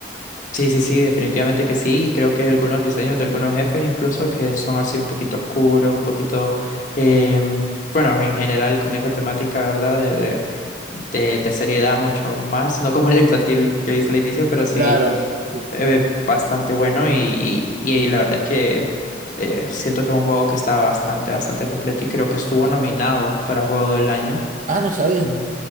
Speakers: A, on the left; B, on the right.
A: Sí, sí, sí, definitivamente que sí. Y creo que hay algunos diseños de algunos jefes incluso que son así un poquito oscuros, un poquito, em, bueno, en general con esa temática, ¿verdad? De, de, de- de seriedad mucho más, no como el infantil que viste al inicio, pero sí
B: Claro, sí, sí.
A: eh, bastante bueno y, y, y la verdad es que eh, siento que es un juego que está bastante, bastante completo y creo que estuvo nominado para Juego del Año.
B: Ah, no sabía.
A: Mm.